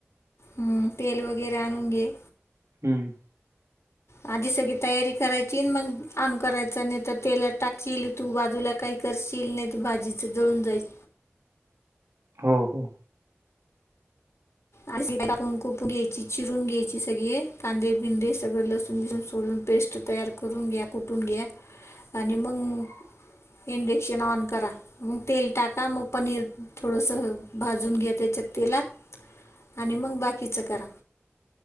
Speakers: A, on the left; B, on the right.
A: हम्म तेल वगैरे आणून घे.
B: हम्म.
A: आधी सगळी तयारी करायची मग ऑन करायच नाही तर तेला टाकी येल तू बाजूला काही करशील नाही तर भाजीचं जळून जायच.
B: हो हो.
A: आणि कापून कोपून घ्यायची चिरून घ्यायची सगळे कांदे बिंदे सगळं लसून लिसून सोडून पेस्ट तयार करून घ्या कुठून घ्या आणि मग इंडक्शन ऑन करा. मग तेल टाका मग पनीर थोडंस भाजून घ्या त्याच्यात तेलात. आणि मग बाकीचं करा.